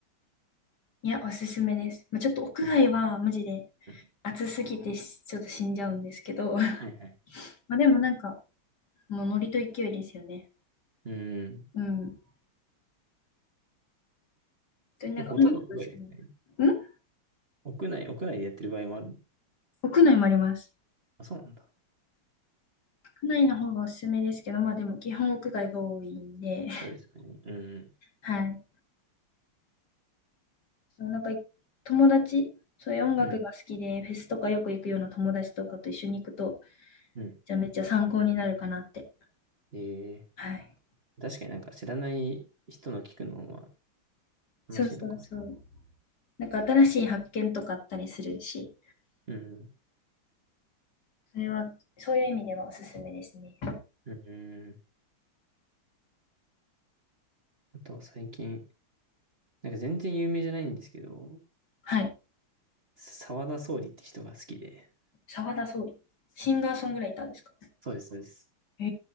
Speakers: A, on the left; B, on the right.
A: いや、おすすめです。まあ、ちょっと屋外は、
B: たんです。
A: マジで
B: うん
A: 暑すぎてしちょっと死んじゃうんですけど、<laughs>
B: はいはい。
A: まあでもなんか、もうノリと勢いですよね。
B: うん。
A: うん。本当になんか音楽が好き
B: でもほとんど屋外ですね。
A: な。ん
B: 屋内、屋内でやってる場合もある。
A: 屋内もあります。
B: あ、そうなんだ。
A: 屋内の方がおすすめですけど、まあでも基本屋外が多いんで、<laughs>
B: そうですね。うん。
A: はい。そうなんか、友達、そういう音楽が好きで、
B: うん。
A: フェスとかよく行くような友達とかと一緒に行くと、
B: うん。
A: じゃあめっちゃ参考になるかなって。
B: え
A: はい。
B: ー、確かになんか知らない人の聞くのは
A: そうそうそう。
B: 楽しいのかもし
A: なんか新しい発見とかあったりするし、
B: れない。うん。
A: それは、そういう意味ではおすすめですね。
B: うん。あとは最近、なんか全然有名じゃないんですけど、
A: はい。
B: 沢田総理って人が好きで。
A: 澤田総理。シンガーソングライターですか
B: そうです、そうです。
A: へ